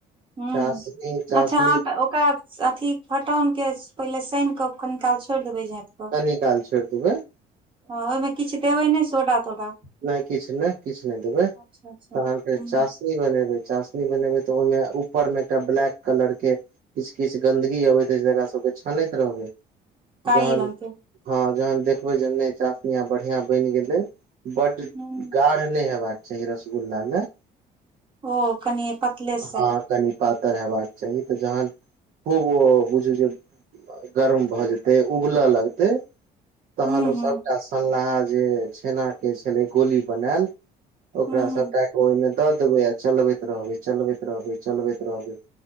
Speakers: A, on the right (about 30°); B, on the right (about 55°).
A: हु
B: चासनी चासनी
A: अच्छा हाँ त ओकरा अथी फटौनके पहिले सान कऽ कनि काल छोड़ि देबै झैप
B: कनि काल छोर देबैय।
A: हँ ओहिमे किछ देबैय नहि सोडा तोडा।
B: नहि किछ नहि किछ नहि देबैय
A: अच्छा अच्छा हुं
B: तहन फेर चास चाशनी बनेबै चाशनी बनेबे तऽ ओहिमे ऊपर में एकटा ब्लैक कलर के किछु किछु गन्दगी अबैत रहै जकरा सब के छानैत रहबै।
A: कारी
B: जहन
A: रंग के
B: हँ जहन देखबै जे नहि चासनी आ बढ़िआँ बनि गेलै। बड्ड
A: हुं
B: गाढ नहि हेबा के चाही रसगुल्ला मे।
A: ओ कनी पतले से
B: हँ कनि पातर हेबाक चाही तऽ जहन खूब ओ बुझू जे गरम भऽ जेतै उबलऽ लगतै तहन
A: हुं
B: ओ
A: हुं
B: सभटा सनलाहा जे छेना के छलै गोली बनायल ओकरा
A: हुं
B: सभटा क ओहिमे दऽ देबै आ चलबैत रहबै, चलबैत रहबै, चलबैत रहबै।